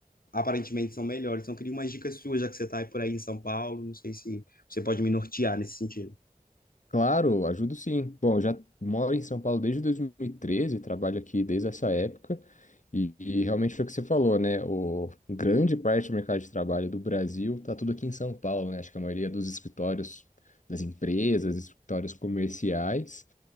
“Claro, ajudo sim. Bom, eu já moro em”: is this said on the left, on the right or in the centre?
Left